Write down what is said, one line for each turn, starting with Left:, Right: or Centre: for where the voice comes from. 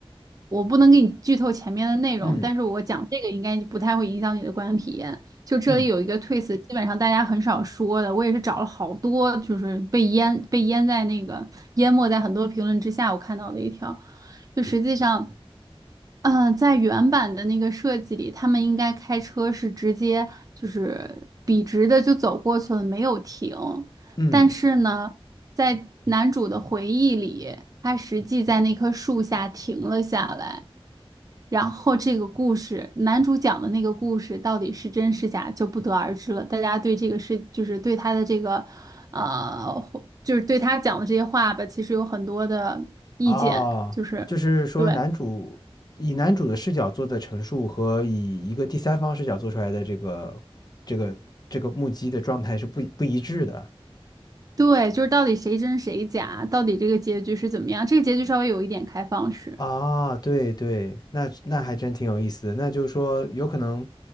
Right: 我不能给你剧透前面的内容，
Left: 嗯
Right: 但是我讲这个应该不太会影响你的观影体验。就这里有一个
Left: 嗯
Right: twist，基本上大家很少说的，我也是找了好多，就是被淹被淹在那个淹没在很多评论之下，我看到的一条，就实际上，嗯，在原版的那个设计里，他们应该开车是直接就是笔直的就走过去了，没有停。
Left: 嗯，
Right: 但是呢，在男主的回忆里，他实际在那棵树下停了下来。然后这个故事，男主讲的那个故事到底是真是假就不得而知了。大家对这个事，就是对他的这个，呃，就是对他讲的这些话吧，其实有很多的意见，
Left: 哦，
Right: 就是
Left: 就是说男主以男主的视角做的陈述和以一个第三方视角做出来的这个这个这个目击的状态是不不一致的。
Right: 对对，就是到底谁真谁假，到底这个结局是怎么样？这个结局稍微有一点开放式。
Left: 啊，对对，那那还真挺有意思的。那就是说，有可能，